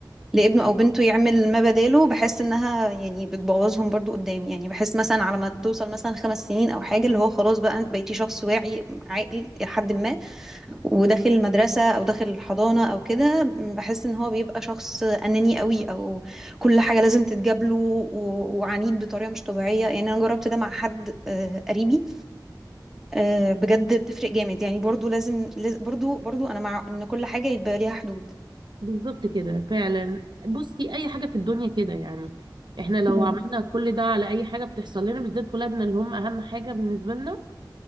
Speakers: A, in the centre; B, on the right.
A: لابنه او بنته يعمل ما بداله بحس انها يعني بتبوظهم برضو قدام يعني بحس مثلا على ما توصل مثلا خمس سنين او حاجه اللي هو خلاص بقى انت بقيتي شخص واعي عاقل الى حد ما وداخل المدرسة أو داخل الحضانة أو كده بحس إن هو بيبقى شخص أناني قوي أو كل حاجة لازم تتجاب له و- وعنيد بطريقة مش طبيعية يعني أنا جربت ده مع حد آه، قريبي آه، بجد بتفرق جامد يعني برضو لازم لاز- برضو برضو أنا مع إن كل حاجة يبقى ليها حدود
B: بالظبط كده فعلا بصي اي حاجه في الدنيا كده يعني احنا لو
A: مم.
B: عملنا كل ده على اي حاجه بتحصل لنا بالذات ولادنا اللي هم اهم حاجه بالنسبه لنا